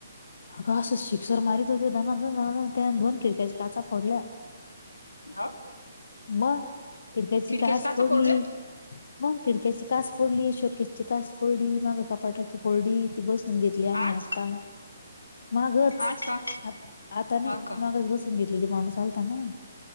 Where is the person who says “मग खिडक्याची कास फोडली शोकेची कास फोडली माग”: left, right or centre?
Left